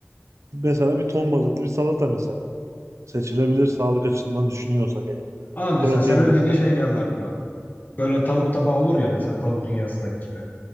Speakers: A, on the right; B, on the left.
A: Mesela bir ton balıklı bir salata mesela. Seçilebilir sağlık açısından düşünüyorsak eğer.
B: Aa mesela
A: Proteini.
B: sen öyle deyince şey geldi aklıma. Böyle tavuk tabağı olur ya mesela tavuk dünyasındaki gibi.